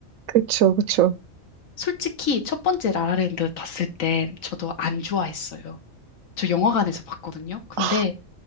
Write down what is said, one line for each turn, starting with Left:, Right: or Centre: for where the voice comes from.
Right: 그쵸, 그쵸.
Left: 솔직히 첫 번째 라라랜드 봤을 때 저도 안 좋아했어요. 저 영화관에서 봤거든요. 근데
Right: 아,